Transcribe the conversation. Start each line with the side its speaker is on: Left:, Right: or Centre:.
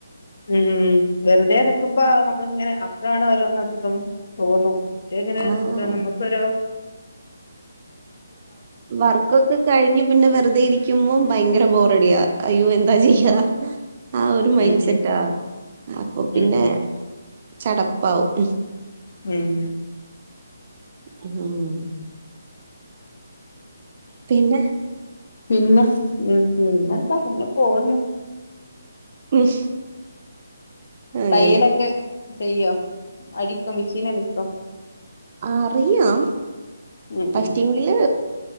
Left: ഉം വെറ്തെ നിക്കുമ്പോ നമ്മള്ങ്ങനെ അപ്പഴാണ് ഓരോന്നക്കെ തോന്നു മറ്റെങ്ങനെ
Right: ആഹ്
Left: ഒര് നമുക്കൊരൊ
Right: വർക്കൊക്കെ കഴിഞ്ഞ് പിന്നെ വെറുതെയിരിക്കുമ്പോ ഭയങ്കര ബോറടിയാ അയ്യോ എ എന്താ ചെയ്യാ ആ ഒരു മൈൻസെറ്റാ
Left: ഉം
Right: അപ്പൊ പിന്നെ
Left: ഉം ഉം
Right: ചടപ്പാവും
Left: ഉം
Right: ഉം പിന്നെ?
Left: പിന്ന പിന്നെന്താ അങ്ങനെ പോവ്ന്ന്
Right: ഉം അങ്ങനെ
Left: തയ്യലൊക്കെ ചെയ്യോ? അടിക്കോ മിഷീനടിക്കൊ?
Right: അറിയാം
Left: ഉം
Right: പക്ഷെങ്കില്
Left: ഉം